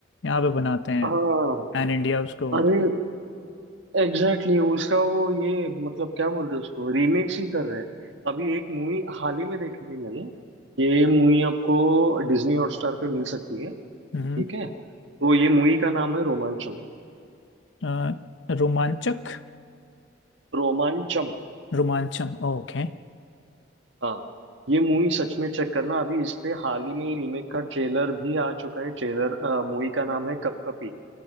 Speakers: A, on the left; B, on the right.
A: यहाँ पे बनाते हैं
B: हाँ
A: पैन इंडिया उसको
B: अरे एग्जैक्टली exactly, उसका वो ये मतलब क्या बोलते हैं उसको रीमेक्स ही कर रहे हैं अभी एक मूवी हाल ही में देखी थी मैंने ये मूवी आपको डिज्नी हॉटस्टार पे मिल सकती है
A: हम्म,
B: ठीक है तो ये मूवी का नाम है रोमांचम
A: अ, रोमांचक
B: रोमांचम
A: रोमांचम ओके
B: हाँ ये मूवी सच में चेक करना अभी इस पे हाल ही में रीमेक का ट्रेलर भी आ चुका है ट्रेलर मूवी का नाम है कपकपी